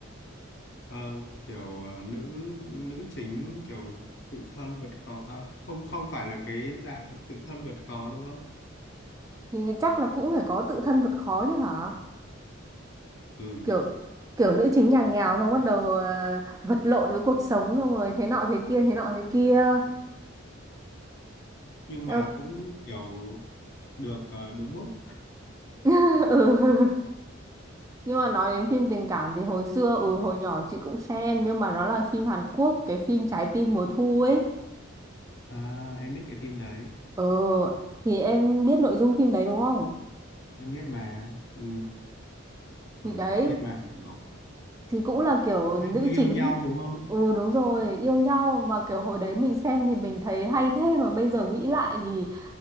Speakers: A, on the left (about 55°); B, on the right (about 15°).
A: Ờ, kiểu ờ, nữ nữ chính kiểu tự thân vượt khó à, không không phải là cái dạng tự thân vượt khó đúng không?
B: thì chắc là cũng phải có tự thân vượt khó chứ hả
A: Ừ nhỉ.
B: kiểu kiểu nữ chính nhà nghèo xong bắt đầu ờ, vật lộn với cuộc sống xong rồi thế nọ thế kia thế nọ thế kia
A: Nhưng
B: Eo-
A: mà cũng kiểu được ờ, đúng book
B: <laughs> ừ. Nhưng mà nói đến phim tình cảm thì hồi xưa ừ hồi nhỏ chị cũng xem nhưng mà nó là phim Hàn Quốc, cái phim Trái tim mùa thu ấy.
A: à, em biết cái phim đấy
B: Ừ thì em biết nội dung phim đấy đúng không?
A: em biết mà ừ, ừ
B: Thì đấy
A: biết mà kiểu
B: thì cũng là kiểu
A: hai
B: nữ
A: đứa yêu
B: chính
A: nhau đúng không
B: ừ đúng rồi, yêu nhau mà kiểu hồi đấy mình xem thì mình thấy hay thế mà bây giờ nghĩ lại thì